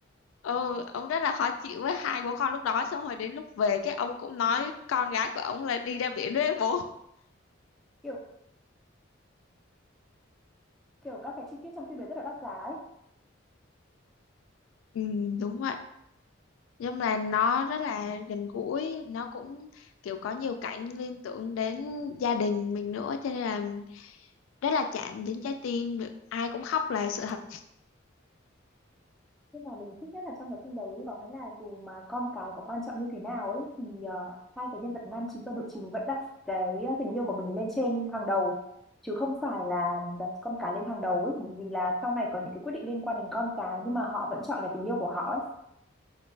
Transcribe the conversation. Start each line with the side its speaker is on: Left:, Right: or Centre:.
Left: Ừ, ông rất là khó chịu với hai bố con lúc đó xong rồi đến lúc về cái ông cũng nói con gái của ông là đi ra biển với bố.
Centre: kiểu kiểu các cái chi tiết trong phim ấy rất là đắt giá ấy
Left: Ừ, đúng vậy. Nói chung là nó rất là gần gũi nó cũng kiểu có nhiều cảnh liên tưởng đến gia đình mình nữa cho nên là rất là chạm đến trái tim ai cũng khóc là sự thật
Centre: nhưng mà mình thích nhất là trong cái phim đấy có nghĩa là dù mà con cái có quan trọng như thế nào ấy thì ờ, hai cái nhân vật nam chính và nữ chính vẫn đặt cái ờ, tình yêu của mình lên trên hàng đầu chứ không phải là đặt con cái lên hàng đầu ấy bởi vì là sau này có những cái quyết định liên quan đến con cái nhưng mà họ vẫn chọn là tình yêu của họ ấy